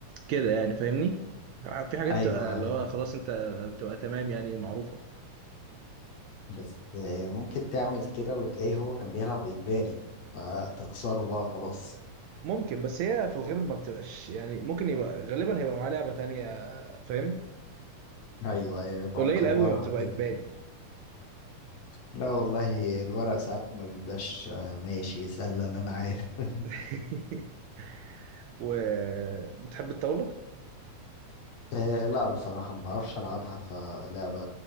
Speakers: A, on the right (about 80°); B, on the left (about 65°).
A: كده يعني فاهمني في حاجات
B: ايوه
A: تبقى اللي
B: ايوه
A: هو خلاص انت بتبقى تمام يعني معروفة
B: بس آه، ممكن تعمل كده وتلاقيه هو كان بيلعب اجباري فتخسره بقى خلاص
A: ممكن بس هي في الغالب ما بتبقاش يعني ممكن يبقى غالبا هيبقى معاه لعبة تانية فاهم
B: ايوه ايوه يبقى
A: قليل
B: مكمرها
A: قوي ما بتبقى
B: كده
A: إجباري
B: لا والله الورق ساعات ما بيبقاش آه، ماشي اسألني انا أنا عارف <laughs>
A: <laughs> وبتحب الطاولة
B: آه، لا بصراحة ما بعرفش العبها فلعبة